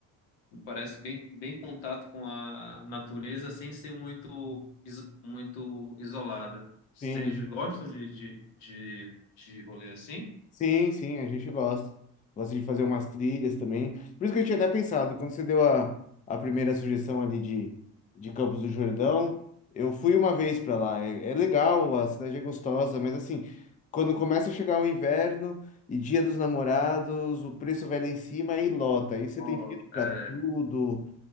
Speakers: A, on the left; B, on the left.
A: me parece bem, bem contato com a natureza sem ser muito, iso- muito isolada. Vocês
B: Sim.
A: gostam de, de, de, de rolê assim?
B: Sim, sim, a gente gosta. Gosta de fazer umas trilhas também. Por isso que eu tinha até pensado, quando você deu a, a primeira sugestão ali de, de Campos do Jordão, eu fui uma vez para lá. É, é legal, a cidade é gostosa, mas assim, quando começa a chegar o inverno e Dia dos Namorados, o preço vai lá em cima e lota. Aí você
A: Ó,
B: tem fila para
A: é.
B: tudo.